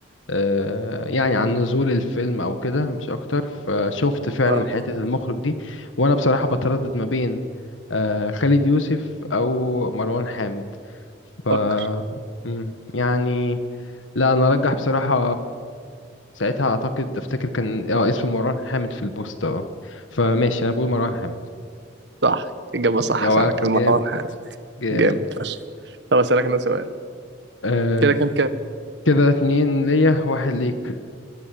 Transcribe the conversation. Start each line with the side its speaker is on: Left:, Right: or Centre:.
Left: آه، يعني عن نزول الفيلم او كده مش اكتر فشفت فعلا
Right: اه
Left: حتة المخرج دي وانا بصراحة بتردد ما بين آه، خالد يوسف او مروان حامد ف
Right: فكر
Left: مم، يعني لا انا ارجح بصراحة ساعتها اعتقد افتكر كان اه اسم مروان حامد في البوست اه فماشي انا بقول مروان حامد
Right: صح اجابه صح
Left: يا
Right: فعلا كان
Left: جامد
Right: مروان حامد
Left: جامد
Right: جامد فشخ طب اسالك انا سؤال
Left: آه
Right: كده كام كام
Left: كده اتنين ليا واحد ليك